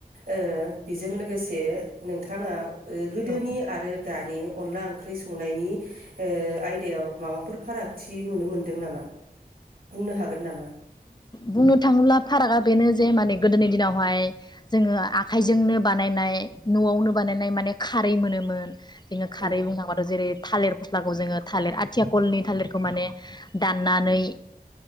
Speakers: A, on the right; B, on the left.
A: ओ बेजों लोगोसे नोंथाङा गोदोनि
B: औ
A: आरो दानि अनला ओंख्रि संनायनि ओ आयदायाव माबाफोर फारागथि नुनो मोनदों नामा? बुंनो हागोन नामा
B: बुंनो थाङोब्ला फारागा बेनो जे माने गोदोनि दिनाव बेहाय जोङो आखाइजोंनो बानायनाय नआवनो बानायनाय माने खारै मोनोमोन जोङो खारै
A: औ
B: बुंनोथांबाथ जेरै थालिर फस्लाखौ जोङो थालिर आथिया कलनि थालिरखौ माने दाननानै